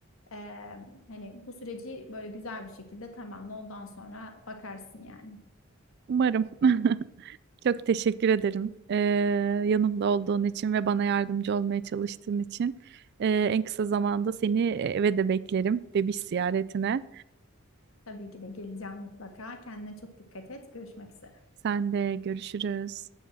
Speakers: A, on the left; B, on the right.
A: E, hani bu süreci böyle güzel bir şekilde tamamla. Ondan sonra bakarsın yani.
B: Umarım. <laughs> Çok teşekkür ederim. Ee, yanımda olduğun için ve bana yardımcı olmaya çalıştığın için. Ee, en kısa zamanda seni eve de beklerim. Bebiş ziyaretine.
A: Tabii ki de geleceğim mutlaka. Kendine çok dikkat et. Görüşmek üzere.
B: Sen de görüşürüz.